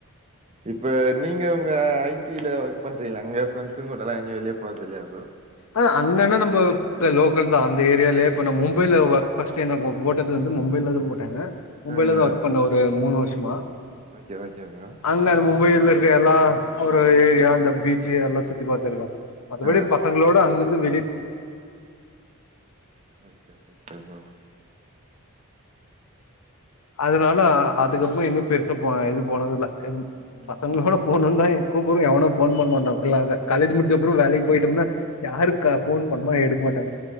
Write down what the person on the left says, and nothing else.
ஆ அங்கனா நம்போ ங்க லோக்கல்தா அந்த ஏரியாலேயே இப்போ நா மும்பைல ஒ ஃபஸ்டு எனக்கு போட்டது வந்து மும்பைலதா போட்டாங்க மும்பைலதா
ஒர்க் பண்ண ஒரு மூணு வருஷமா
அங்க மும்பையில இருக்க எல்லா ஒரு ஏரியா அந்த பீச்சு எல்லா சுத்தி பாத்துருக்கோ மத்தபடி
ப பசங்கங்களோட அங்கருந்து வெளிய
அதனால அதுக்கப்பமா எங்க பெருசா போ இது போனதுல எம்
பசங்களோட போனுன்தா கூப்புறோ எவனு ஃபோன் பண்ண மாட்டாங் ல்ல வ காலேஜ் முடிச்சப்பறொ வேலைக்கு போயிட்டோம்னா யாருக்க ஃபோன் பண்ணமோ எடுக்க மாட்டாங்க